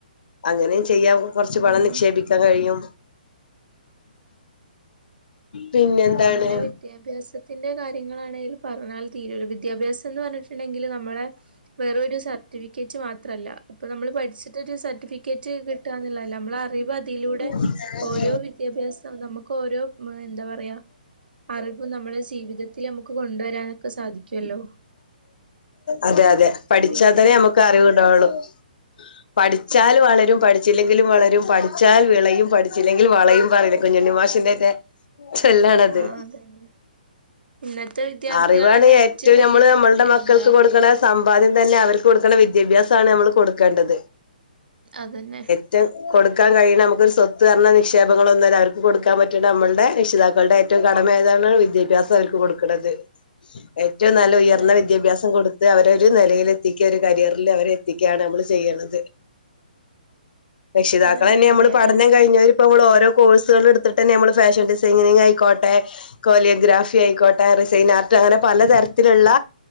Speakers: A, on the left; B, on the right.
A: അങ്ങനെ ചെയ്യാവൂ കൊർച്ച്
B: അത്
A: പണം
B: തന്നെ
A: നിക്ഷേപിക്കാൻ കഴിയും പിന്നെന്താണ്
B: അങ്ങനെ വിദ്യാഭ്യാസത്തിന്റെ കാര്യങ്ങളാണേൽ പറഞ്ഞാൽ തീരൊല്ലോ വിദ്യാഭ്യാസംന്ന് പറഞ്ഞിട്ട്ണ്ടങ്കില് നമ്മളെ വെറുരു സർട്ടിഫിക്കറ്റ് മാത്രല്ല ഇപ്പൊ നമ്മള് പഠിച്ച്ട്ടരു സർട്ടിഫിക്കറ്റ് കിട്ടാന്ന് ള്ളതല്ല നമ്മള അറിവ് അതിലൂടെ
A: <unintelligible>
B: ഓരോ വിദ്യാഭ്യാസം നമുക്ക് ഓരോ എന്താ പറയാ അറിവ് നമ്മളെ ജീവിതത്തിൽ നമുക്ക് കൊണ്ടുവരാനൊക്കെ സാധിക്കുമല്ലോ
A: അതെ അതെ പഠിച്ചാൽ
B: പിന്നെ
A: തന്നെ നമുക്ക് അറിവ്ണ്ടാവുള്ളു പഠിച്ചാൽ വളരും പഠിച്ചില്ലെങ്കിലും വളരും പഠിച്ചാൽ വിളയും പഠിച്ചില്ലെങ്കിൽ വളയും പറ കുഞ്ഞണ്ണിമാഷിന്റെ ചെല്ലാണ് ത്
B: ആഹ് അതന്നെ ഇന്നത്തെ വിദ്യാർത്ഥികളന്നെ
A: അറിവാണ് ഏറ്റവും
B: വലിയൊരു
A: നമ്മൾ നമ്മൾ മക്കൾക്ക്
B: എന്താ
A: കൊടുക്കണ സമ്പാദ്യം തന്നെ അവർക്ക് കൊടുക്കുള്ള വിദ്യാഭ്യാസമാണ് നമ്മൾ കൊടുക്കേണ്ടത്
B: അതന്നെ
A: റ്റ കൊടുക്കാൻ കഴിയണ നമുക്ക് ഒരു സ്വത്ത് ന്നറിഞ്ഞ നിക്ഷേപങ്ങളൊന്നുമില്ല അവർക്ക് കൊടുക്കാൻ പറ്റണ്ട നമ്മുടെ രക്ഷിതാക്കളുടെ എ ഏറ്റവും കടമയതാണ് വിദ്യാഭ്യാസം അവർക്ക് കൊടുക്കണത് ഏറ്റവും നല്ല ഉയർന്നവി
B: അതന്നെ
A: ഭ്യായാസം കൊടുത്ത് അവര ഒരു നിലയിൽ എത്തിക്കുക ഒരു കരിയറിൽ അവരെ എത്തിക്കുകയാണ് നമ്മള് ചെയ്യണത് രക്ഷിതാക്കള
B: അതന്നെ
A: തന്നെ
B: വിദ്യാഭ്യാസം
A: നമ്മള് പഠനം കഴിഞ്ഞവരും ഇപ്പ നമ്മൾ ഓരോ കോഴ്സൊള് എടുത്തിട്ട് തന്നെ നമ്മള് ഫാഷൻ ഡിസൈനിങ് ആയിക്കോട്ടെ കോളിയോഗ്രാഫി ആയിക്കോട്ടെ റിസൈൻ ആർട്ട് അങ്ങനെ പലതരത്തിലുള്ള